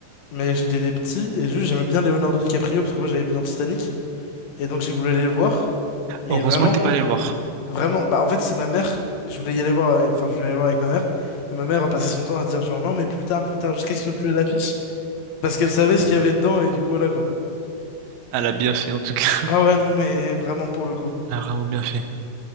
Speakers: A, on the left (about 60°); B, on the right (about 70°).
A: Mais j'étais petit et juste j'aimais bien Leonardo DiCaprio parce que moi j'avais vu dans Titanic et donc j'ai voulu aller le voir. Et
B: Heureusement
A: vraiment,
B: que t'es pas allé le voir.
A: vraiment, bah en fait c'est ma mère, je voulais y aller voir avec, enfin je voulais aller voir avec ma mère et ma mère a passé son temps à dire genre non mais plus tard, plus tard, jusqu'à ce que plus l'affiche parce qu'elle savait ce qu'il y avait dedans et du coup voilà quoi.
B: Elle a bien fait en tout cas.
A: Ah ouais non mais vraiment pour le coup.
B: Elle a vraiment bien fait.